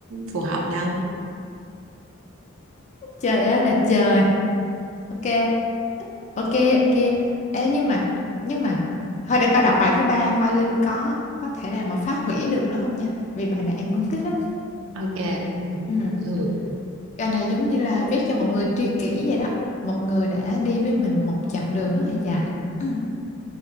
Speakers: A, on the right (about 70°); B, on the left (about 35°).
A: phù hợp đâu.
B: trời ơi là trời ok ok ok Ê, nhưng mà nhưng mà thôi để coi đọc bài thứ ba coi Linh có có thể nào mà phá hủy được nữa không nha vì bài này An cũng thích lắm
A: Ok. Ừ.
B: ừ.
A: Ừ.
B: Bài này giống như là viết cho một người tri kỷ vậy đó một người đã đi với mình một chặng đường rất là dài Ừ.